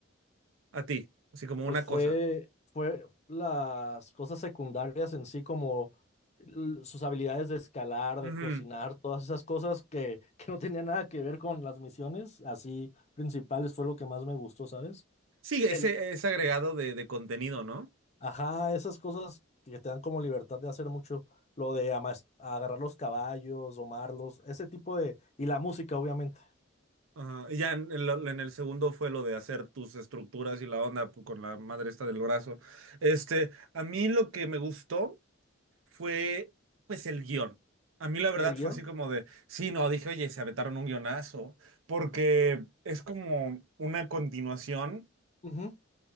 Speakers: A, on the right; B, on the left.
A: A ti, así como
B: Pues
A: una
B: fue,
A: cosa.
B: fue las cosas secundarias en sí, como l- sus habilidades de escalar,
A: Ujú.
B: de cocinar, todas esas cosas que, <laughs> que no tenían nada que ver con las misiones, así principales, fue lo que más me gustó, ¿sabes?
A: Sí, ese,
B: El
A: ese agregado de, de contenido, ¿no?
B: Ajá, esas cosas que te dan como libertad de hacer mucho, lo de amas- agarrar los caballos, domarlos, ese tipo de... Y la música, obviamente.
A: Ajá, Y ya en el, en el segundo fue lo de hacer tus estructuras y la onda pu- con la madre esta del brazo. Este, a mí lo que me gustó fue, pues, el guión. A mí la verdad
B: ¿El guión?
A: fue así como de, sí, no, dije, oye, se aventaron un guionazo, porque es como una continuación
B: Ujú.